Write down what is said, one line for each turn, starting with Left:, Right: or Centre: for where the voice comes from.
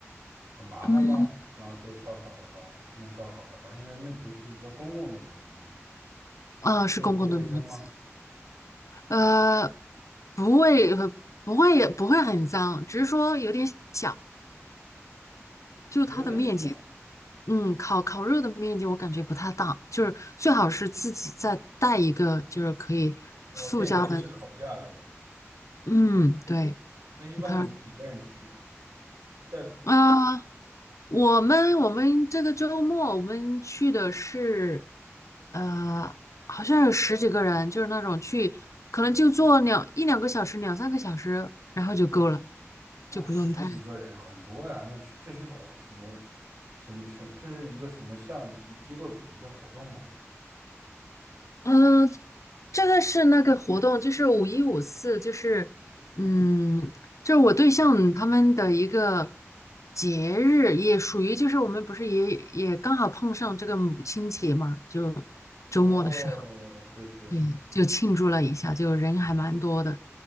Right: 很麻烦吗？
Left: 嗯，
Right: 然后做烧烤的话，弄烧烤的话，因为那不是一个公共的炉子嘛，
Left: 啊，是公共的名字。
Right: 会不卫生吗？
Left: 呃，不会，不会，不会很脏，只是说有点小，就是它的面积，
Right: 有点小，
Left: 嗯，烤烤肉的面积我感觉不太大，就是最好是自己再带一个，就是可以附加的，
Right: 然后便携式烤架，对吧？
Left: 嗯，对，
Right: 那一般你们几个人去啊？
Left: 它
Right: 带？
Left: 啊、呃我们我们这个周末我们去的是，呃，好像有十几个人，就是那种去，可能就坐两一两个小时，两三个小时，然后就够了，
Right: 我十几个人很多呀，
Left: 就不用太。
Right: 那是这是个活什么什么什么这是一个什么项机机构组织的活动吗
Left: 嗯，这个是那个活动，就是五一五四，就是嗯，就是我对象他们的一个节日，也属于就是我们不是也也刚好碰上这个母亲节嘛，就周末的时候，
Right: 哦，对对对，
Left: 对，就庆祝了一下，就人还蛮多的，